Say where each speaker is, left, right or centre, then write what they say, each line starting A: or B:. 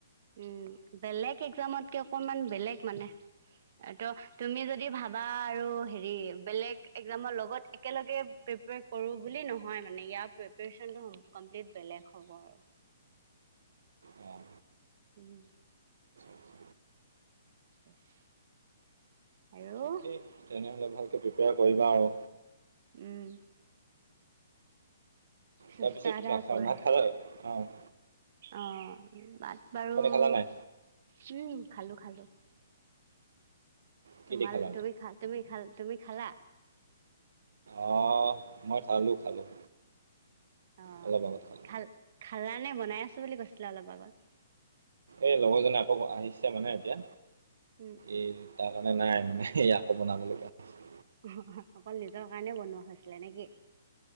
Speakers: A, on the right; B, on the right.
A: উম, বেলেগ এক্সামতকৈ অকনমান বেলেগ মানে এইটো তুমি যদি ভাবা আৰু হেৰি বেলেগ এক্সামৰ লগত একেলগে প্ৰিপেয়াৰ কৰোঁ বুলি নহয় মানে ইয়াৰ প্ৰিপেয়াৰচন তোৰ কম্পিলিট বেলেগ হ'ব আৰু
B: অ'
A: উম।
B: আচ্ছা
A: ক'ৰ আৰু
B: ঠিকেই তেনেহ'লে ভালকৈ প্ৰিপেয়াৰ কৰিবা আৰু
A: উম। চেষ্টা
B: তাৰ পিছত
A: এটা
B: খ
A: কৰে
B: ভাত খালা নাই?
A: অঁ ভাত বাৰু উম
B: খালা নাই
A: খালো খালো
B: কি
A: তোমাল
B: দি খালা
A: তুমি তুমি তুমি খালা?
B: অঁ মই খালোঁ খালোঁ।
A: অ
B: অলপ আগত খালোঁ
A: খাল খালা নে বনাই আছো বুলি কৈছিলে অলপ আগত?
B: এই লগৰ জনে আকৌ আহিছে মানে এতিয়া
A: উম,
B: এই তাৰ কাৰণে নাই মানে স আকৌ বনাবলগীয়া
A: অকল নিজৰ কাৰণে বনোৱা হৈছিলে নেকি